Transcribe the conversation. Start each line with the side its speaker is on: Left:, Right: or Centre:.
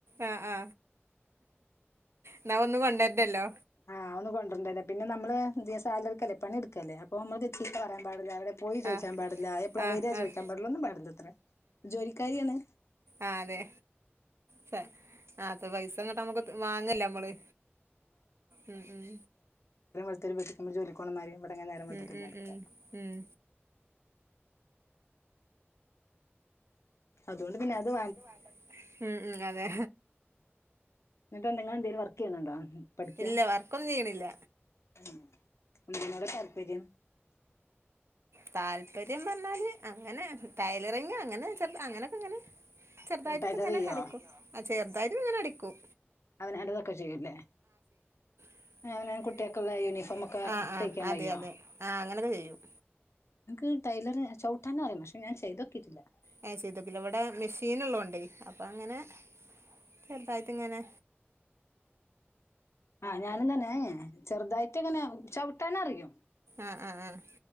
Right: ആ ആ ന്നാ ഒന്നും കൊണ്ടര്റ്റല്ലോ.
Left: ആ ഒന്നും കൊണ്ടരണ്ടല്ലോ പിന്നെ നമ്മള് ന്തേ സാലറിക്കല്ലേ പണി ട്ക്കല്ലേ അപ്പോ ഇമ്മൾക്ക് ചീത്ത പറയാൻ പാടില്ല അവടെ പോയി ചോ ചോയിചാൻ
Right: ആഹ്
Left: പാടില്ല എപ്ലളാ
Right: ആഹ്
Left: വരാ
Right: ആഹ്
Left: ചോയിക്കാൻ പാടില്ല ഒന്നും പാടില്ലത്രെ ജോലിക്കാരിയാണ്.
Right: ആ അതെ സ ആ. പൈസ ഇങ്ങട്ട് നമക്ക് ത് വാങ്ങല്ലേ നമ്മള് ഉം ഉം
Left: ഒത്തിരി വെട്ടിക്കുമോ ജോലിക്കോണമാതിരി ഇവിടെങ്ങനെ നേരം വെളുത്തിട്ടില്ല
Right: ഉം ഉം
Left: ഇടുക്ക
Right: ഉം ഉം
Left: <inaudible> അതോണ്ട് പിന്നെ അത്
Right: ഇല്ല അതു വേണ്ട ഉം ഉ അതെ.
Left: എന്നിട്ട് എന്തെങ്കി ങ്ങള് എന്തേലും വർക്ക് ചെയ്യുന്നുണ്ടോ പഠിക്ക
Right: ഇല്ല വർക്കൊന്നും ചെയ്യണില്ല
Left: <inaudible> ങ്ങളെ താല്പര്യം.
Right: താല്പര്യം പറഞ്ഞാല് അങ്ങനെ ടൈലറിങ് അങ്ങനെ ചെറുത അങ്ങനൊക്കെ ഇങ്ങനെ. ചെറുതായിട്ടൊക്കെങ്ങനെ
Left: ടൈലർ ചെയ്യോ
Right: അടിക്കും ആ ചെറുതായിട്ട്ങ്ങനെ അടിക്കും.
Left: അവന് അല്ലതൊക്കെ <unintelligible> ചെയ്യൂല്ലേ <inaudible>
Right: <unintelligible>
Left: അവനവൻ കുട്ടികൾക്കുള്ള യൂണിഫോം ഒക്കെ
Right: ആ ആ
Left: തയ്ക്കാൻ
Right: അതെ
Left: കഴിയോ
Right: അതെ ആ അങ്ങനെക്കെ ചെയ്യും.
Left: എനിക്ക് ടൈലർ ചവിട്ടാന്ന് അറിയാം പക്ഷെ ഞാൻ ചെയ്തോക്കിട്ടില്ല. അത്
Right: ഹ ചെയ്തോക്കില്ല ഇവിടെ മെഷീൻ ഉള്ളൊണ്ടേ അപ്പ അങ്ങനെ ചെറുതായിട്ട്ങ്ങനെ.
Left: ആ ഞാനും തന്നെ ചെറുതായിട്ട്ങ്ങനെ ചവിട്ടാന് അറിയും.
Right: ആഹ് ആഹ് ആഹ്